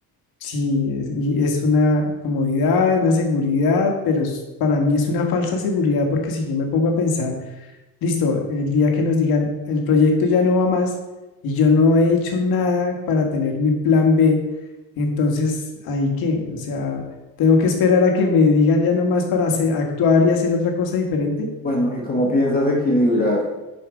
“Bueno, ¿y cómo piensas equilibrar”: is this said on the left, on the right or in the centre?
Left